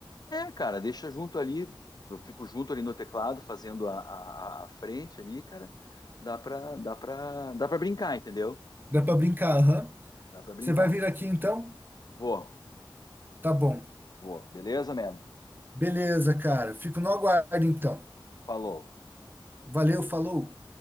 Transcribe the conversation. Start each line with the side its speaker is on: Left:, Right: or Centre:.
Left: É, cara, deixa junto ali, eu fico junto ali no teclado, fazendo a, a, a- a frente ali, cara. Dá pra, dá pra, dá pra brincar, entendeu?
Right: Dá pra brincar, aham.
Left: Dá pra brincar.
Right: Você vai vir aqui então?
Left: Vou,
Right: Tá bom.
Left: vou. Beleza, mano?
Right: Beleza, cara. Fico no aguardo então.
Left: Falou.
Right: Valeu, falou.